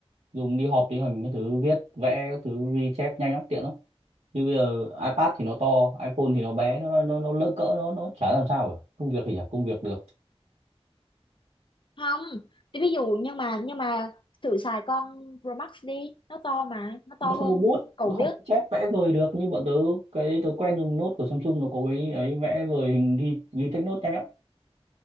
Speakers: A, on the right (about 80°); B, on the left (about 50°).
A: dùng đi họp đi hành cái thứ viết vẽ các thứ ghi chép nhanh lắm tiện lắm như bây giờ iPad thì nó to iPhone thì nó bé nó nó nó lỡ cỡ nó nó chả làm sao cả công việc thì chả công việc được
B: không thì ví dụ nhưng mà nhưng mà thử xài con Pro Max đi nó to mà nó to
A: nó
B: hơn
A: không có bút
B: cậu
A: nó không
B: viết,
A: có chép vẽ vời được như bọn tớ cái tớ quen dùng nốt của Samsung nó có cái ấy vẽ vời hình ghi ghi text nốt nhanh lắm